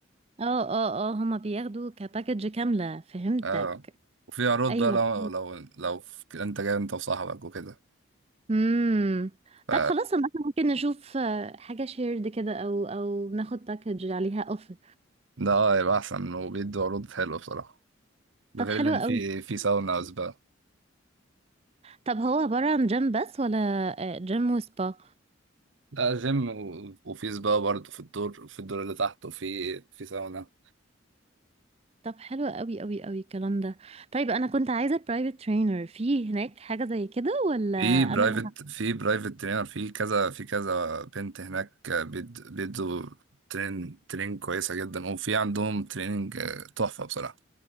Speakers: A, on the right (about 30°); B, on the right (about 70°).
A: اه اه اه هما بياخدوا كباكج كاملة فهمتك
B: اه وفي عروض
A: ايوه
B: بقى لو لو لو في- انت جاي انت وصاحبك وكده
A: امم
B: ف
A: طب خلاص انا إحنا ممكن نشوف آه، حاجة شيرد كده او او ناخد باكج عليها اوفر
B: ده اه يبقى احسن وبيدوا عروض حلوه بصراحه ده
A: طب
B: غير
A: حلوة
B: ان في
A: قوي
B: في ساونا وسبا
A: طب هو عبارة عن جيم بس ولا آه، جيم وسبا
B: لا جيم و- وفي سبا برضه في الدور في الدور اللي تحت وفي في ساونا
A: طب حلو قوي قوي قوي الكلام ده طيب انا كنت عايزه برايفت ترينر في هناك حاجه زي كده ولا
B: في برايفت
A: انا اللي ه-
B: في برايفت ترينر في كذا في كذا بنت هناك بيد- بيدوا ترين ترين كويسه جدا وفي عندهم تريننج تحفه بصراحه